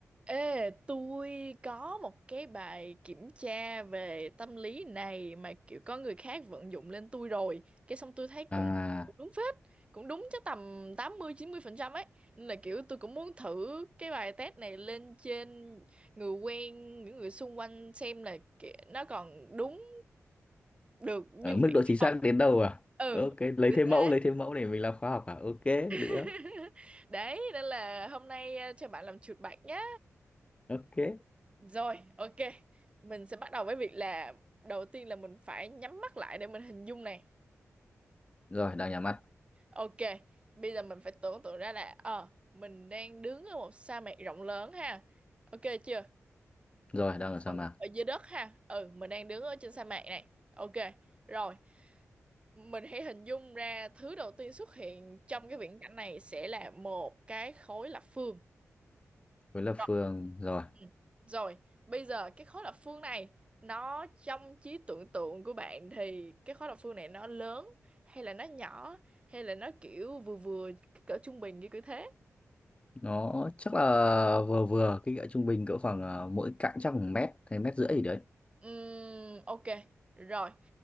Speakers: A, on the right; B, on the left.
A: Ê, tôi có một cái bài kiểm tra về tâm lý này mà kiểu có người khác vận dụng lên tôi rồi. Cái xong tôi thấy
B: À,
A: cũng cũng đúng phết, cũng đúng chắc tầm tám mươi mươi chín mươi phần trăm ấy. Nên là kiểu tôi cũng muốn thử cái bài test này lên trên người quen, những người xung quanh xem là ki- nó còn đúng được như
B: ở mức
A: vậy
B: độ
A: hay
B: chính xác
A: không.
B: đến đâu à?
A: Ừ,
B: Ok, lấy
A: kiểu
B: thêm
A: thế.
B: mẫu, lấy thêm mẫu để mình làm khoa học à? Ok,
A: <laughs>
B: được,
A: Đấy, nên là hôm nay ờ, cho bạn làm chuột bạch nhá.
B: ok.
A: Rồi, ok. Mình sẽ bắt đầu với việc là đầu tiên là mình phải nhắm mắt lại để mình hình dung này.
B: Rồi, đang nhắm mắt.
A: Ok, bây giờ mình phải tưởng tượng ra là ờ mình đang đứng ở một sa mạc rộng lớn ha. Ok chưa?
B: Rồi, đang ở sa
A: Phần
B: mạc.
A: ở dưới đất ha. Ừ, mình đang đứng ở trên sa mạc này. Ok. Rồi, mình hãy hình dung ra thứ đầu tiên xuất hiện trong cái viễn cảnh này sẽ là một cái khối lập phương.
B: Với là
A: Rồi,
B: Phương, rồi.
A: Ừ. Rồi, bây giờ cái khối lập phương này nó trong trí tưởng tượng của bạn thì cái khối lập phương này nó lớn hay là nó nhỏ hay là nó kiểu vừa vừa cỡ trung bình như kiểu thế?
B: Nó chắc là vừa vừa, kích cỡ trung bình cỡ khoảng ờ, mỗi cạnh chắc khoảng mét, hay mét rưỡi gì đấy.
A: Ừm, ok. Rồi.